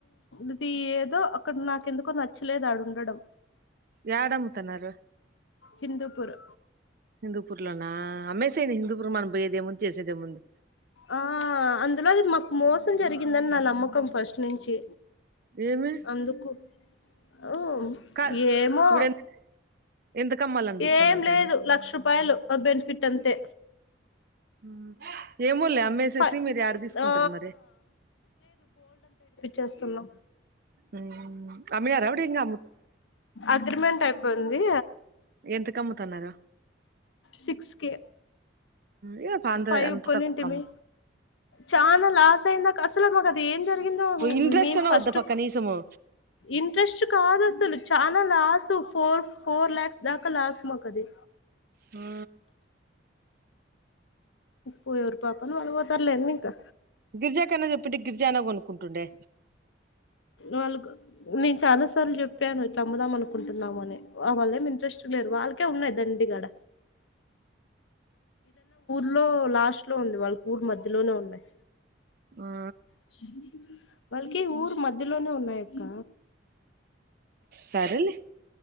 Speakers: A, on the left; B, on the right.
A: అది ఏదో అక్కడ నాకెందుకో నచ్చలేదు ఆడ ఉండడం
B: యాడ అమ్ముతున్నారు
A: హిందుపూర్
B: హిందుపూర్లోనా అమ్మేసేయండి హిందూపురం మన పోయేదేముంది చేసేదేముంది
A: ఆ అందులో అది మాకు మోసం జరిగిందని నా నమ్మకం ఫస్ట్ నుంచి
B: ఏమి
A: అందుకు ఉమ్
B: కాదు
A: ఏమో
B: ఇప్పుడు ఎంత ఎంతకమ్మాలని చూస్తున్నారు
A: ఏం
B: దాన్ని
A: లేదు లక్ష రూపాయలు మా బెనిఫిట్ అంతే
B: ఆ ఏమో లే అమ్మేసేసి
A: ఫ
B: మీరు యడ తీసుకుంటారు
A: ఆ
B: మరి
A: చేస్తున్నాం
B: అమ్ అమ్మిన్నారా వడ్డింకి
A: అగ్రిమెంట్ అయి పోయింది
B: ఎంత కమ్ముతున్నారు
A: సిక్స్ కే
B: ఏ అంత
A: ఫైవ్
B: అంత
A: కొనింటిమీ
B: తక్కువకు అమ్ము
A: చాలా లాస్ అయిందాక అసలు మాకు అది ఏం జరిగిందో
B: ఇంట్రెస్ట్
A: మేం
B: అన్నా
A: ఫస్ట్
B: వద్దా పక్క కనీసము
A: ఇంట్రెస్ట్ కాదు అసలు చాలా లాస్ ఫోర్ ఫోర్ ల్యాక్స్ దాకా లాస్ మాకు అది
B: ఆ
A: పోయారు పాపాన వాళ్ళు పోతారులే ఇంకా
B: గిరిజా కన్నా చెప్పింటే గిరిజా అన్న కొనుక్కుంటుండే
A: వాళ్ళ నేను చాలా సార్లు చెప్పాను ఇట్ల అమ్ముదాం అనుకుంటున్నామ అని వా వాళ్ళ ఏమి ఇంట్రెస్ట్ లేరు వాళ్ళకే ఉన్నాయి దండి గడ ఇంట్లో లాస్ట్ లో ఉంది వాళ్ళకి ఊరు మధ్యలోనే ఉన్నాయి
B: ఆ
A: స వాళ్ళకి ఊరు మధ్యలోనే ఉన్నాయి అక్క
B: సరేలే